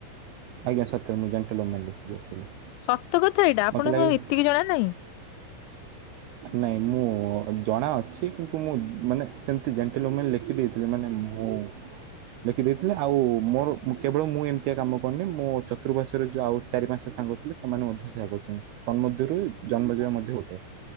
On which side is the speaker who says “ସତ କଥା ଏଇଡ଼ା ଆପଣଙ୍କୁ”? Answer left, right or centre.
Left